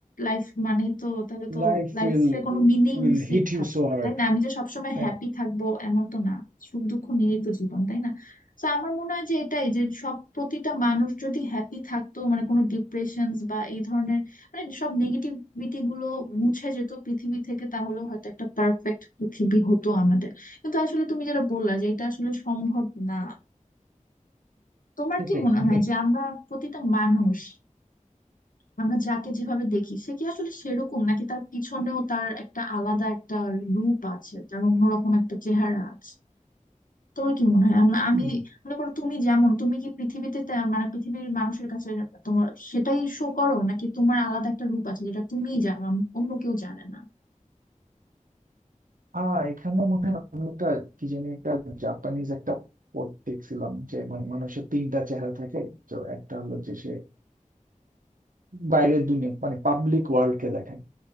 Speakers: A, on the left; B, on the right.
A: লাইফ মানে তো তাহলে তো
B: Life
A: লাইফে
B: will
A: কোনো মিনিং
B: will
A: সিট
B: hit you
A: থাকবে
B: so
A: না
B: hard
A: তাই না আমি যে সবসময়
B: তাই
A: হ্যাপি
B: না
A: থাকবো এমন তো না সুখ দুঃখ নিয়েই তো জীবন তাই না তো আমার মনে হয় যে এটাই যে সব প্রতিটা মানুষ যদি হ্যাপি থাকতো মানে কোনো ডিপ্রেশন বা এই ধরনের মানে সব নেগেটিভিটি গুলো মুছে যেত পৃথিবী থেকে তাহলে হয়তো একটা পারফেক্ট পৃথিবী হতো আমাদের কিন্তু আসলে তুমি যেটা বললা যে এটা আসলে সম্ভব না তোমার
B: সেটাই
A: কি মনে
B: মানে
A: হয় যে আমরা প্রতিটা মানুষ আমরা যাকে যেভাবে দেখি সে কি আসলে সেরকম নাকি তার পিছনেও তার একটা আলাদা একটা রূপ আছে তার অন্যরকম একটা চেহারা আছে তোমার কি মনে হয় আম- আমি
B: হুম
A: মনে করো তুমি যেমন তুমি কি পৃথিবীতে তে- মানে পৃথিবীর মানুষের কাছে তোমার সেটাই শো করো নাকি তোমার আলাদা একটা রূপ আছে যেটা তুমিই জানো আম- অন্য কেউ জানে না
B: আহ এখানে মনে হয় আমি একটা কি জানি একটা জাপানিজ একটা পদ দেখছিলাম যে মানে মানুষের তিনটা চেহারা থাকে তো একটা হলো যে সে বাইরের দুনিয়া মানে পাবলিক ওয়ার্ল্ড কে দেখায়